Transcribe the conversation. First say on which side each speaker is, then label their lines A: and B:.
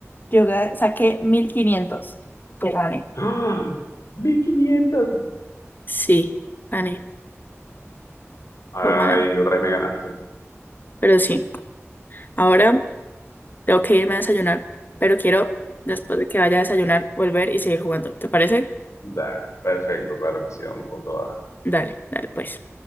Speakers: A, on the left; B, on the left.
A: yo ga- saqué 1500. Pues gané.
B: ¡Ah! 1500.
A: Sí, Ani,
B: Ay,
A: tómala.
B: otra vez me ganaste.
A: Pero sí, ahora tengo que irme a desayunar, pero quiero, después de que vaya a desayunar, volver y seguir jugando. ¿Te parece?
B: Da, perfecto, claro que sí, vamos con todas.
A: Dale, dale, pues.